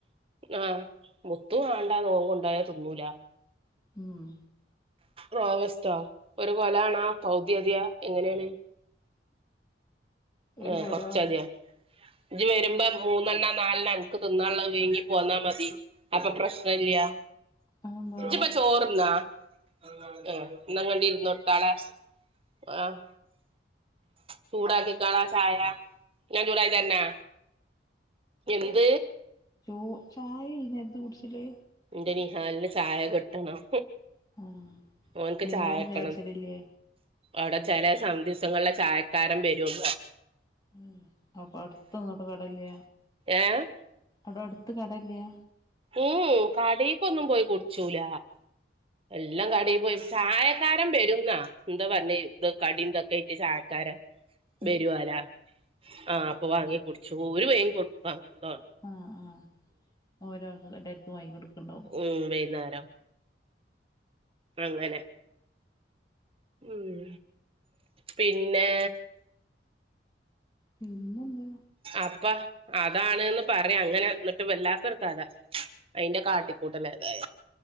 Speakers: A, on the right; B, on the left.
A: ആഹ് മുത്തു വാണ്ടാ നോവുണ്ടായ തിന്നൂല
B: ഉം
A: റോ വെസ്‌റ്റൊ ഒരുകൊലാണോ പൗത്യ ത്യൊ എങ്ങനേണ്
B: ഒരു
A: ഏഹ്..
B: കൊലവായി
A: കൊർച്ചദ്യോ ഇജ് വെര്മ്പോ മൂന്നെണ്ണ നാൽണ അൻക്ക് തിന്നാള്ളഹ് വേങ്ങി പോന്നാ മതി അപ്പൊ പ്രശ്നല്ല്യ
B: അതെന്താ
A: ഇജ്പ്പൊ ചോറ്ന്നാ അ.. ന്നാ ങ്ക്ണ്ടിരി നോട്താളാ ആഹ്.. ചൂടാകികാളാ ചായാ ഞാൻചൂടാകിതെര്നാ എന്ത്..
B: ശോ.. ചായെ ഇന്നേര്ത്ത് കുട്ച്ചല്
A: ഇന്റെ നിഹാല്ന് ചായ കിട്ടണം
B: ആഹ്
A: ഓൻക്ക്
B: വൈന്നേരം
A: ചായട്ടണം
B: ചായ കുടിച്ചലില്ലേ
A: അവ്ടെ ചെലെ സന്ദിസങ്ങളില് ചായക്കാരൻ വരോൾ
B: ഉം. അപ്പൊട്ത്തൊന്നോട് കടെല്യെ.
A: ഏഹ്
B: അപ്പൊട്ത്ത് കട ഇല്യാ
A: ഉം ഉം കടീക്കൊന്നും പോയികുടിച്ചൂല. എല്ലാം കടിപോയി ചായക്കാരൻ ബെരുന്നാ ബന്താ പർന്നെ ഇത് കടിന്തൊക്കെയ്ട്ട് ചായക്കാരൻ
B: ർ..
A: ബെരൊലാ ആഹ് അപ്പൊ വാങ്ങി കുട്ച്ചു ഒരുയയും കൊട്ത ട്ടോ
B: ആഹ് ആഹ് ഓരോൾടെ ക്കെ <unintelligible> കൊട്ക്കണ്ടാവും
A: ഉം വൈന്നാരം അങ്ങനെ ഉം പിന്നെ
B: പിന്നെന്താ
A: അപ്പ അതാണ്ന്ന് പറൈ അങ്ങനെ ന്ന്ട്ട് വല്ലാത്തൊർ കഥ അയിന്റെ കാട്ടിക്കൂട്ടല് എതായല്